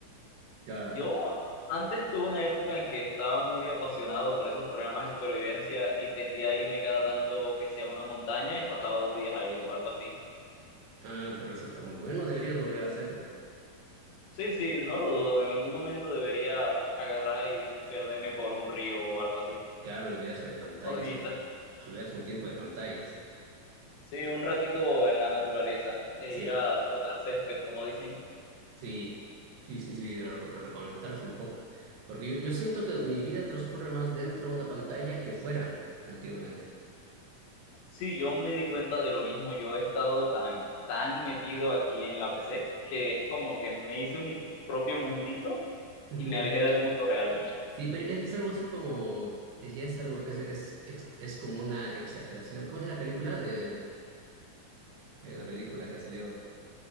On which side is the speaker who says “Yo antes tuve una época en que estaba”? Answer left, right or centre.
Left